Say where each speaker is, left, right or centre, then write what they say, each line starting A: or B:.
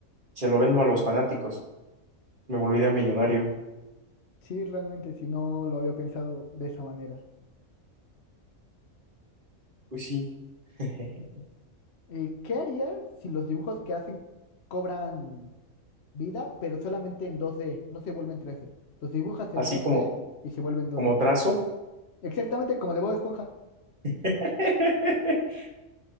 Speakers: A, on the right; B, on the left.
A: y se lo vendo a los fanáticos. Me volvería millonario.
B: Sí, realmente, si no lo había pensado de esa manera.
A: Pues sí, <laughs>
B: Eh, ¿qué harías si los dibujos que hacen cobran vida, pero solamente en 2D, no se vuelven 3D? Los dibujas en
A: así
B: 2D
A: como,
B: y se vuelven 2D.
A: como trazo,
B: Exactamente como de Bob Esponja.
A: <laughs>